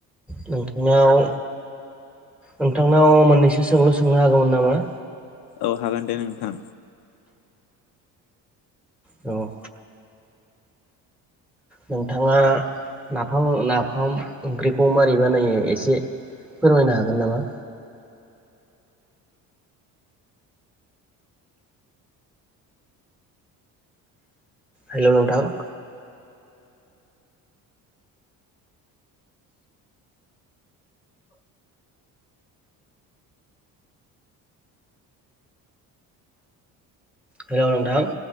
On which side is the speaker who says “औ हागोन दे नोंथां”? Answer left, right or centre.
Left